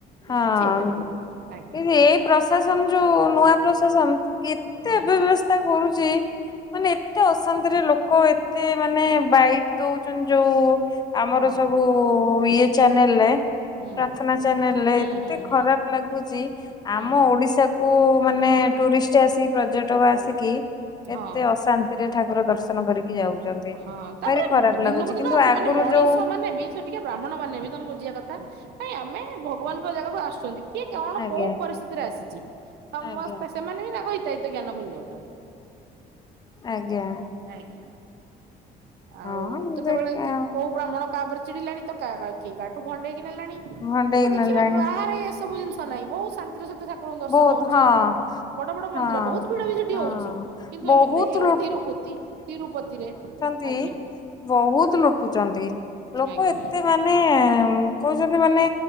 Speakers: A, on the left (about 25°); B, on the right (about 75°).
A: ହଁ
B: ଇଏ କିଛି ହେଇପାରିବନି ଆଜ୍ଞା।
A: ଏଇ ପ୍ରଶାସନ ଯୁ ନୂଆ ପ୍ରଶାସନ କେତେ
B: ହୁଁ
A: ବ୍ୟବସ୍ଥା କରୁଚି ମାନେ ଏତେ ଅଶାନ୍ତିରେ ଲୋକ ଏତେ ମାନେ ବାଇଟ ଦଉଛନ୍ତି ଯଉ ଆମର
B: ହଁ
A: ସବୁ ଇଏ ଚ୍ୟାନେଲ ରେ
B: ହୁଁ
A: ପ୍ରାର୍ଥନା ଚ୍ୟାନେଲରେ
B: ହୁଁ
A: ଏତେ
B: ହୁଁ ହୁଁ
A: ଖରାପ ଲାଗୁଚି
B: ହୁଁ
A: ଆମ ଓଡିଶା କୁ ମାନେ ଟୁରିଷ୍ଟ ଆସିକି ପର୍ଯ୍ୟଟକ ଆସିକି
B: ହଁ।
A: ଏତେ ଅଶା ସେଥିରେ ଠାକୁର ଦର୍ଶନ କରିକି ଯାଉଛନ୍ତି।
B: ହଁ ତାପରେ
A: ଭାରି ଖରାପ
B: ଦିନକୁ
A: ଲାଗୁଛି
B: ଦିନ
A: କିନ୍ତୁ
B: ସେମାନେ
A: ଆଗରୁ
B: ମଣିଷ
A: ଯୋଉ
B: ମାନେ ବି ସେ ଟିକେ ବ୍ରାହ୍ମଣ ମାନେ ବି ତମେ ବୁଝିବା କଥା ନାଇଁ ଆମେ ଭଗବାନଙ୍କ ଜାଗକୁ ଆସୁଛନ୍ତି କିଏ କଣ
A: ଆଜ୍ଞା
B: କୋଉ ପରିସ୍ଥିତିରେ ଆସିଚି ସମସ୍ତେ
A: ଆଜ୍ଞା।
B: ସେମାନେ ବି ତାଙ୍କ ହିତାହିତ ଜ୍ଞାନ ଭୁଲି ଯାଉଛନ୍ତି।
A: ଆଜ୍ଞା।
B: ଆଜ୍ଞା।
A: ହଁ
B: ଆଉ କେତବେଳେ
A: ଦେଖ
B: କି କୋଉ ବ୍ରାହ୍ମଣ କାହାଉପରେ ଚିଡିଲାଣି ତ କା କା କି କାଠାରୁ ଭଣ୍ଡେଇକି ନେଲାଣି।
A: ଭଣ୍ଡେଇ
B: କିନ୍ତୁ ଦେଖିବେ
A: ନେଲାଣି
B: ବାହାରେ ଏସବୁ ଜିନିଷ ନାହିଁ ବହୁତ ଶାନ୍ତିର ସହିତ ଠାକୁରଙ୍କୁ ଦର୍ଶନ
A: ବହୁତ
B: ହଉଚି।
A: ହଁ
B: ବଡ ବଡ
A: ହଁ
B: ମନ୍ଦିର ବହୁତ ଭିଡ ବି ସେଠି
A: ହଁ
B: ହଉଚି କିନ୍ତୁ
A: ବହୁତ
B: ଏମିତି ନାଇଁ ଏଇ ଗୋଟେ ତିରୁପତି ତିରୁପତିରେ
A: ତି
B: ଆଜ୍ଞା
A: ବହୁତ ଲୁଟୁଚନ୍ତି ଲୋକ
B: ଆଜ୍ଞା
A: ଏତେ ମା ନେ କହୁଛନ୍ତି ମାନେ